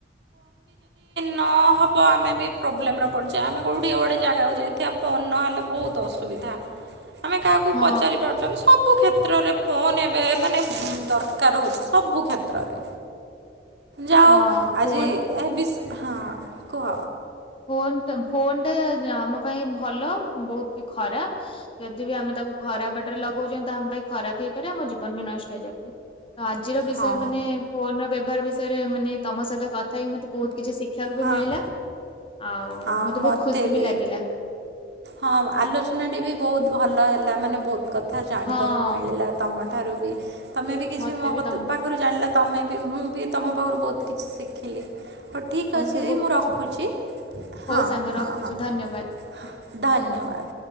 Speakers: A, on the right; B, on the left.
A: ନହେବ ଆମେ ବି ପ୍ରୋବ୍ଲେମରେ ପଡ଼ିଯିବା। ଆମେ କେଉଁଠି ଗୋଟେ ଜାଗାକୁ ଯାଇଥିବା ଫୋନ୍ ନହେଲେ ବହୁତ ଅସୁବିଧା। ଆମେ କାହାକୁ
B: ହଁ
A: ପଚାରି ପାରୁଛନ୍ତି ସବୁ କ୍ଷେତ୍ରରେ ଫୋନ ଏ ମାନେ ଦରକାର ହେଉଛି ସବୁ କ୍ଷେତ୍ରରେ ଯାା
B: ହଁ
A: ହୋଉ
B: ଫୋନ
A: ଆଜି ଏ ବି ହଁ କୁହ।
B: ଫୋନ ଟା ଫୋନ ଟା ଆମ ପାଇଁ ଭଲ ବହୁତ ବି ଖରାପ ଯଦି ବି ଆମେ ତାକୁ ଖରାପ ବାଟରେ ଲଗାଉଛନ୍ତି ତ ଆମ ପାଇଁ ଖରାପ ହେଇପାରେ। ଆମ ଜୀବନ ବି ନଷ୍ଟ <unintelligible> ତ ଆଜିର ବିଷୟ
A: ହଁ
B: ମାନେ ଫୋନ ର ବ୍ୟବହାର ବିଷୟରେ ମାନେ ତମ ସେଇଟା ତଥାପି ମତେ ବହୁତ କିଛି ଶିଖିବାକୁ ବି
A: ହଁ।
B: ମିଳିଲା। ଆଉ
A: ହଁ ମତେ
B: ବହୁତ ଖୁସି
A: ବି
B: ଲାଗିଲା
A: ହଁ ଆଲୋଚନାଟି ବି ବହୁତ ଭଲ ହେ <unintelligible> କଥା ଜାଣିବାକୁ
B: ହଁ
A: ମିଳିଲା ତମ <unintelligible> ତମେ ବି କିଛି
B: ମତେ
A: ମୋ
B: ବି
A: କତି
B: ତମ
A: ପାଖରୁ ଜାଣିଲ ତମେ ବି ମୁଁ ବି ତମ ପରୁ ବହୁତ କିଛି ଶିଖିଲି। ହଉ ଠିକ୍ ଅଛି
B: ବି ବହୁତ
A: ମୁଁ
B: କିଛି
A: ରଖୁଛି। ହଁ
B: ହଉ ସାଙ୍ଗ
A: ହଁ
B: ରଖୁଛି
A: ହଁ
B: ଧନ୍ୟବାଦ।
A: ହଁ ଧନ୍ୟବାଦ।